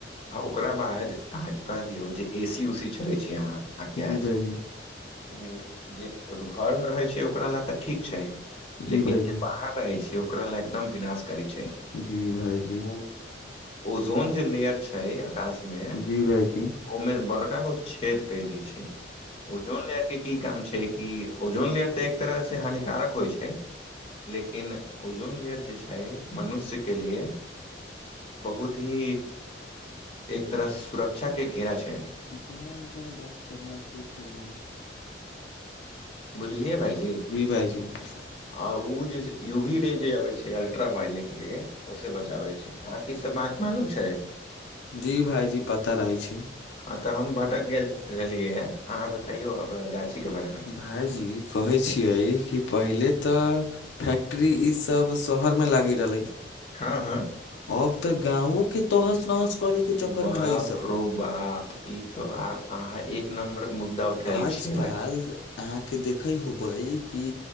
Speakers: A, on the left; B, on the left.
A: आ ओकरा बाद अहाँ के कह दियौ जे ए सी उसी चलै छी अहाँ आ क्याज
B: जी भाइजी
A: <inaudible> ओ जे घर मे रहै छै ओकरा लए तऽ ठीक छै
B: जी
A: लेकिन
B: भाइजी
A: जे बाहर रहै छै ओकरा लए एकदम विनाशकारी छै
B: जी भाइजी
A: ओ ओजोन जे लेयर छै आकाश मे
B: जी भाइजी जी जी
A: ओमे बड़का गो छेद कई दइ छै ओजोन लेयर के की काम छै कि ओजोन लेयर तऽ एक तरह से हानिकारक होइ छै लेकिन ओजोन लेयर जे छै मनुष्यके लिए बहुत ही एक तरहसँ सुरक्षा क घेरा छै
B: <unintelligible>
A: बुझलियए भाईजी
B: <unintelligible>
A: आ उ जे यूवी रे जे अवे छै अल्ट्रा वायलेट रे ओस बचाबे छै आ के इ सब बात मालूम छै
B: जी भाइजी पता रहैत छै
A: हँ तऽ हम भटक गेल रहलियै ह अहाँ बताइयौ आब गाछीके बारेमे
B: भाय जी कहे छियै कि पहले तऽ फैक्ट्री ई सब शहर मे लागी रहलै
A: <inaudible> हँ हँ
B: अब तऽ गाँव के तहस नहस करे के चक्कर
A: बाप
B: में है इ सब
A: रो बाप ई तो आब अहाँ एक नम्बर मुद्दा उठल
B: आजकल
A: छियै भाय
B: अहाँके देखे होबे कि